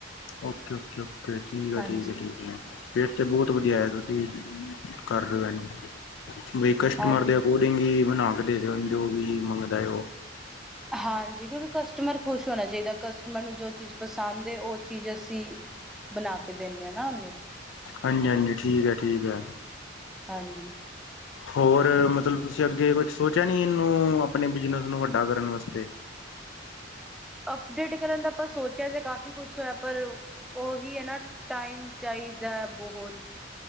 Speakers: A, on the left; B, in the centre.
A: ਓਕੇ-ਓਕੇ-ਓਕੇ, ਠੀਕ ਐ-ਠੀਕ
B: ਹਾਂਜੀ
A: ਐ-ਠੀਕ ਐ। ਫੇਰ ਤੇ ਬੋਤ ਵਧੀਆ ਐ, ਤੁਸੀਂ ਕਰ ਰੇ ਓ ਇੰਜ, ਬਈ ਕਸਟਮਰ
B: ਹਾਂਜੀ
A: ਦੇ ਅਕੋ ਡਿੰਗ ਈ ਬਣਾ ਕੇ ਦੇ ਦਿਓ, ਜੋ ਵੀ ਮੰਗਦਾ ਐ ਓਹ।
B: ਹਾਂਜੀ ਕਿਉਂਕਿ ਕਸਟਮਰ ਖੁਸ਼ ਹੋਣਾ ਚਾਈਦੈ, ਕਸਟਮਰ ਨੂੰ ਜੋ ਚੀਜ਼ ਪਸੰਦ ਏ, ਓਹ ਚੀਜ਼ ਅਸੀਂ ਬਣਾ ਕੇ ਦਿੰਨੇ ਆ ਨਾ ਓਹਨੂੰ।
A: ਹਾਂਜੀ-ਹਾਂਜੀ, ਠੀਕ ਐ-ਠੀਕ ਐ।
B: ਹਾਂਜੀ।
A: ਹੋਰ ਮਤਲਬ ਤੁਸੀਂ ਅੱਗੇ ਕੁਛ ਸੋਚਿਆ ਨੀ, ਏਨੂੰ ਆਪਣੇ ਬਿਜਨਸ ਨੂੰ ਵੱਡਾ ਕਰਨ ਵਾਸਤੇ।
B: ਅਪਡੇਟ ਕਰਨ ਦਾ ਆਪਾਂ ਸੋਚਿਆ ਤੇ ਕਾਫੀ ਕੁੱਛ ਹੋਇਆ, ਪਰ ਓਹੀ ਐ ਨਾ, ਟਾਈਮ ਚਾਈਦੈ ਬੋਹਤ।